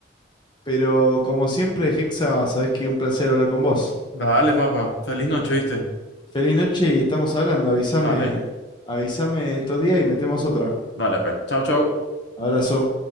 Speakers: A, on the left; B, on the left.
A: Pero como siempre, Hexa, sabés que un placer hablar con vos.
B: Dale, papá. Feliz noche, ¿viste?
A: Feliz noche y estamos hablando. Avísame,
B: Dale,
A: avísame estos días y metemos otra.
B: dale, pe. Chau, chau.
A: Abrazo.